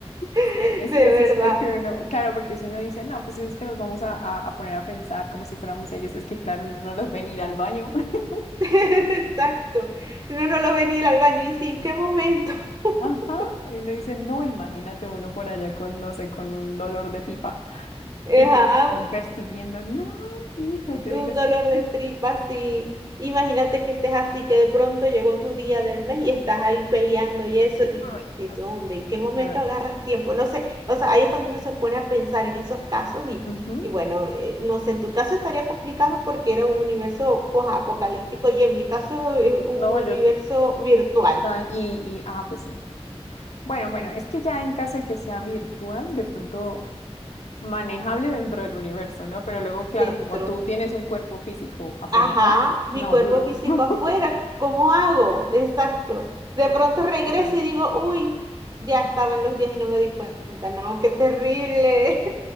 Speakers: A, on the left; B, on the right.
A: Sí,
B: <laughs>
A: es
B: de
A: que eso
B: verdad.
A: es lo que uno, claro, porque si uno dice, no, pues es que nos vamos a, a- a poner a pensar como si fuéramos ellos, es que claro, uno no los ven ir al baño. <laughs>
B: <laughs> Exacto. No, no lo venir al baño y dice, ¿en qué momento? <laughs>
A: Ajá, y uno dice, no, imagínate uno por allá con, no sé, con un dolor de pipa
B: Ajá,
A: y que te estén persiguiendo. No, mijo, yo
B: un
A: digo, espera,
B: dolor
A: espera.
B: de tripa así. Imagínate que estés así, que de pronto llegó tu día del mes y estás ahí peleando y eso, y,
A: Ay,
B: y ¿de dónde? ¿En qué momento
A: no. No,
B: agarras tiempo? No sé, o sea, ahí es cuando uno se pone a pensar en esos casos y,
A: ujú.
B: y bueno, eh, no sé, en tu caso estaría complicado porque era un universo posapocalíptico y en mi caso es un
A: No, yo,
B: universo virtual
A: ah, y, y, ah, pues sí. Bueno, bueno, es que ya en caso de que sea virtual, de pronto manejable dentro del universo, ¿no? Pero luego, claro,
B: dentro.
A: como tú tienes un cuerpo físico afuerita,
B: Ajá, mi
A: no,
B: cuerpo
A: duro.
B: físico
A: <laughs>
B: afuera, ¿cómo hago? Exacto. De
A: Es-
B: pronto regreso
A: es
B: y digo, uy, ya estaba en los días y no me di cuenta. No, qué terrible.